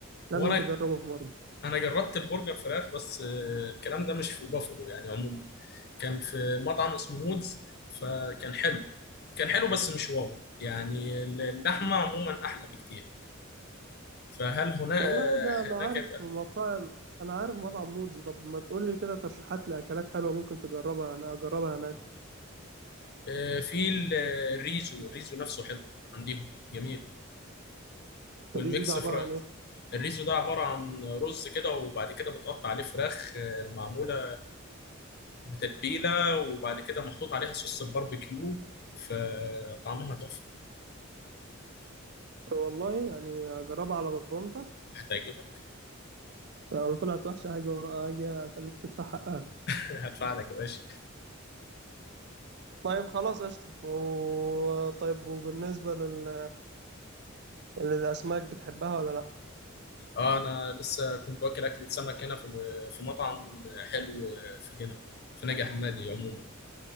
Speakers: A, on the right (about 55°); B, on the left (about 50°).
A: لازم
B: هو انا
A: تجربه في مرة
B: انا جربت البرجر فراخ بس آه، الكلام ده مش في بافلو يعني عموما كان في مطعم اسمه مودز فكان حلو كان حلو بس مش واو يعني اللحمه عموما احلى بكتير فهل هنا
A: والله
B: آه،
A: ده أنا
B: هناك
A: عارف مطاعم أنا عارف مطعم مودز طب ما تقولي كده ترشيحات لأكلات حلوة ممكن تجربها أنا أجربها هناك
B: آه، في ال- الريزو الريزو نفسه حلو عندهم جميل والميكس
A: الريزو ده عبارة
B: فر...
A: عن إيه؟
B: الريزو ده عبارة عن رز كده وبعد كده متقطع عليه فراخ آه، معمولة بتتبيلة وبعد كده محطوط عليها صوص الباربيكيو فطعمها تحفة
A: والله يعني أجربها على ضمانتك
B: هتعجبك
A: لو طلعت وحشة هاجي وراها هاجي أخليك تدفع حقها
B: <laughs> هتفعلك يا باشا
A: طيب خلاص قشطة و... طيب وبالنسبة لل... للأسماك بتحبها ولا لأ؟
B: اه انا لسه كنت واكل اكلة سمك هنا في في مطعم حلو في جنة في نجع حمادي عموما